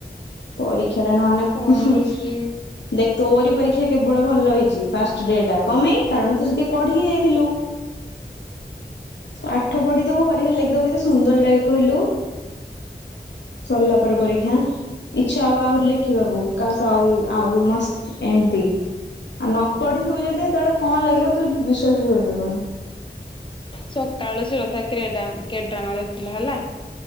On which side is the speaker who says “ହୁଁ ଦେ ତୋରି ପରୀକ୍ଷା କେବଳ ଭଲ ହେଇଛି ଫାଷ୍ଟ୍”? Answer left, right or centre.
Left